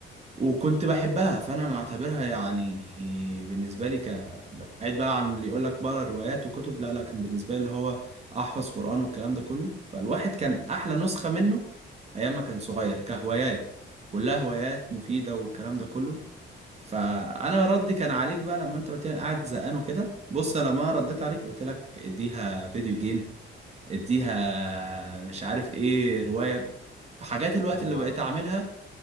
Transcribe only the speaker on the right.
وكنت بحبها فأنا معتبرها يعني بالنسبة لي ك بعيد بقى عن اللي يقول لك بقرا روايات وكتب لا لا كان بالنسبة لي اللي هو أحفظ قرآن والكلام ده كله فالواحد كان أحلى نسخة منه أيام ما كان صغير كهوايات كلها هوايات مفيدة والكلام ده كله فأنا ردي كان عليك بقى لما أنت قلت لي أنا قاعد زهقان وكده بص لما رديت عليك قلت لك اديها فيديو جيم اديها مش عارف ايه رواية فحاجات الوقت
اللي بقيت
اعملها